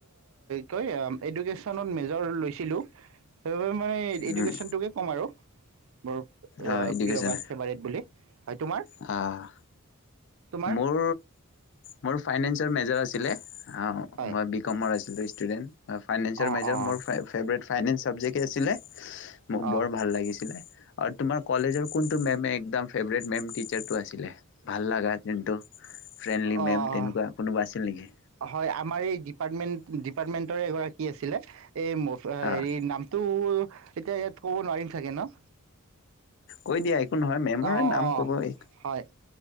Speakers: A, on the right; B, on the left.
A: তই এডুকেছনত মেজৰ লৈছিলোঁ, সেইবাবে মই এডুকেশ্যনটোকে
B: উম,
A: ক'ম আৰু, মোৰ
B: অ', এডুকেশ্যন
A: প্ৰিয় বা ফেভাৰেট বুলি। হয়, তোমাৰ?
B: অ'।
A: তোমাৰ
B: মোৰ, মোৰ ফাইনেন্সৰ মেজাৰ আছিলে। আ
A: হয়
B: মই বি কমৰ আছিলো ষ্টুডেন্ট, ফাইনেন্সৰ
A: অঁ
B: মেজ
A: অঁ
B: মোৰ ফাই ফেভৰেট ফাইনেন্স চাবজেক্টে আছিলে মোৰ বৰ
A: অঁ
B: ভাল লাগিছেলে, আৰু তোমাৰ কলেজৰ কোন মেমে একদম ফেভৰেট মেম টিচাৰটো আছিলে, ভাল লগা জোনটো ফ্ৰেণ্ডলি
A: অঁ
B: মেম তেনেকুৱা কোনোবা আছিল নেকি?
A: হয় আমাৰ এই ডিপাৰ্টমেন্ট ন্ডিপাৰ্টমেন্টৰে এগৰাকী আছিলে, এই মৌ-হেৰি
B: অ',
A: নাম তো এতিয়া ইয়াত ক'ব নোৱাৰিম চাগে ন?
B: কৈ দিয়া একো নহয় মেমৰে
A: অঁ
B: নাম
A: অঁ
B: ক'বই।
A: হয়